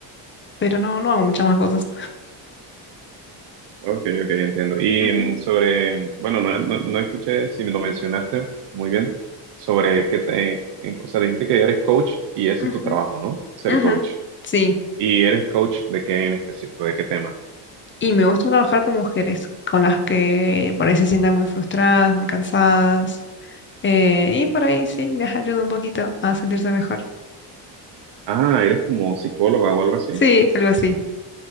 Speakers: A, on the left; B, on the right.
A: pero no, no hago muchas más cosas.
B: Ok, ok, entiendo. Y
A: Ujú,
B: mm, sobre, bueno, no, no, no escuché si me lo mencionaste muy bien, sobre qué, te- eh, o sea, dijiste que eres coach y ese
A: ujú,
B: es tu trabajo, ¿no? Ser
A: ujú.
B: coach.
A: Sí,
B: ¿Y eres coach de qué en específico? ¿De qué tema?
A: Y me gusta trabajar con mujeres, con las que por ahí se sientan muy frustradas, muy cansadas. eh, y por ahí sí, les ayuda un poquito a sentirse mejor.
B: Ah, eres como psicóloga o algo así.
A: Sí, algo así.